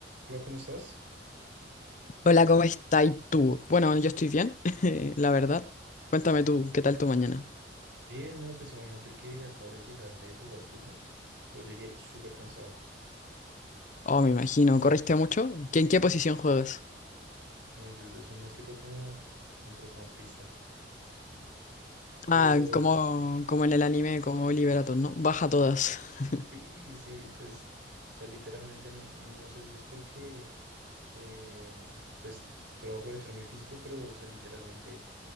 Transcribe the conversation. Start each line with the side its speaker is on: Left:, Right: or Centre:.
Right: Hola, ¿cómo estás?
Left: Hola, ¿cómo estás tú? Bueno, yo estoy bien, <laughs> eh, la verdad. Cuéntame tú, ¿qué tal tu mañana?
Right: Bien, no, pues imagínate que acabo de llegar de jugar fútbol, pero llegué súper cansado.
Left: Oh, me imagino, ¿corriste mucho? ¿Qué- ¿En qué posición juegas?
Right: Bueno, yo, yo soy más que todo como centrocampista, pero
Left: Ah, como, como en el anime, como Liberator, ¿no? Baja todas. <laughs>
Right: sí, sí, pues, o sea, literalmente no, no sé si es porque, em, pues, voy a aprovechar mi físico, pero, o sea, literalmente